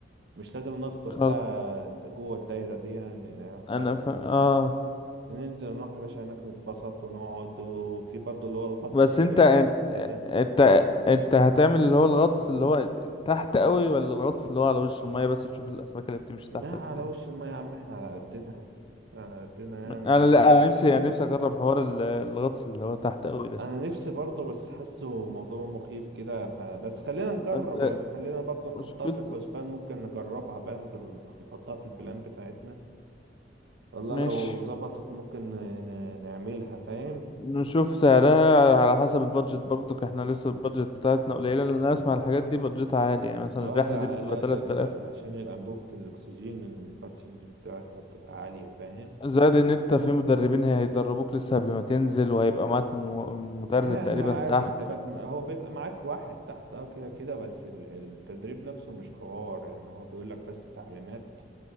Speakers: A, on the right; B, on the left.
A: مش لازم نغطس
B: خلاص
A: بقى جوه الدايرة دي يعني
B: انا
A: لا
B: ف... اه
A: ننزل نروح يا باشا هناك نتبسط ونقعد وفي برضو اللي هو الغطس
B: بس
A: اللي
B: انت
A: ايه
B: انت
A: السطحي ده
B: انت انت هتعمل اللي هو الغطس اللي هو تحت قوي ولا الغطس اللي هو على وش المية بس تشوف الاسماك اللي بتمشي
A: لا
B: تحتك
A: على
B: وكده
A: وش المية يا عم احنا على قدنا على قدنا يعني
B: انا
A: مش
B: لا انا
A: <laughs>
B: نفسي يعني نفسي اجرب حوار ال- الغطس اللي هو تحت قوي ده
A: انا نفسي برضو بس حاسه موضوع مخيف كده فبس خلينا نجرب
B: انت
A: يعني خلينا برضو نحطها
B: مشكلته
A: في الحسبان ممكن نجربها فاهم في ال... نحطها في البلان بتاعتنا والله
B: ماشي
A: لو ظبطت ممكن ن- نعملها فاهم
B: نشوف سعرها على حسب البادجت برضك احنا لسه البادجت بتاعتنا قليلة لان انا اسمع الحاجات دي بادجتها عالي يعني مثلا
A: واحد
B: الرحلة
A: على
B: دي بتبقى 3000
A: الأقل ال- عشان الأنبوبة الأكسجين الباتشنج بتاعتها بتبقى عالية فاهم
B: زائد ان انت في مدربين هي- هيدربوك لسه قبل ما تنزل وهيبقى معاك م- مدرب
A: لا
B: تقريبا
A: لا عادي
B: تحت
A: خلي بالك م- هو بيبقى معاك واحد تحت اه كده كده بس ال- التدريب نفسه مش حوار يعني هو بيقولك بس تعليمات